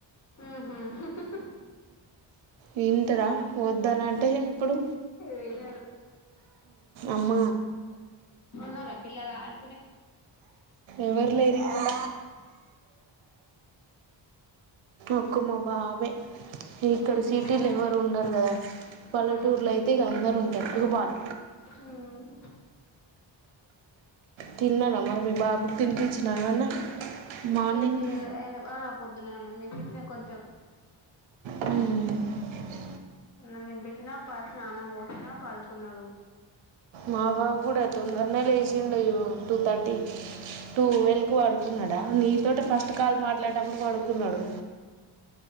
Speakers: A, on the left (about 35°); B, on the right (about 80°).
A: మ్
B: వింటరా వద్దనంటే ఇప్పుడు
A: వినరు
B: అమ్మ
A: లా పిల ఆడు
B: ఎవర్ లేరు ఇక్కడ ఒక మ బాబే ఇక్కడ
A: ఉహు
B: సిటీలు ఎవరు ఉండరు కదా, పల్లెటూరులో
A: అవును
B: అయితే ఇక అందరుూ ఉంటారు ఒక బాల్
A: ఉమ్
B: తిన్నావా మరి మీ బాబుకి తినిపించిన ఏమన్నా మార్నింగ్
A: తినిపియలే ఆయన ఆ పొద్దున అన్నం తినిపించిన కొంచెం
B: మ్
A: అన్నం తినిపించినా స్నానం పోసినా పడుకున్నాడు
B: మా బాబు కూడా తొందరనే లేచిండు, టూ థర్టీ టూ వేల్కి వాడుకున్నాడా నీతో ఫస్ట్ కాల్ మాట్లాడేటప్పుడు పడుకున్నాడు.